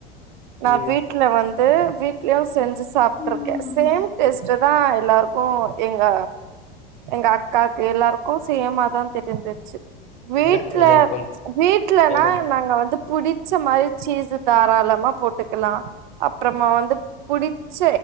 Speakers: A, on the right; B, on the left.
A: நா
B: ம்.
A: வீட்டு்ல வந்து வீட்லயு செஞ்சு சாப்ட்டுருக்கே
B: ம்.
A: சேம் டேஸ்ட்டு தா எல்லார்க்கு இங்க எங்க அக்காக்கு எல்லாருக்கு சேமாதா தெரிந்து துச்சு வீட்ல
B: இல்ல எனக்கு கொஞ்
A: வீட்லனா
B: எனக்கு
A: நாங்க வந்து புடிச்ச மாரி சீஸ்ஸு தாராளமா போட்டுக்கலா அப்றமா வந்து புடிச்ச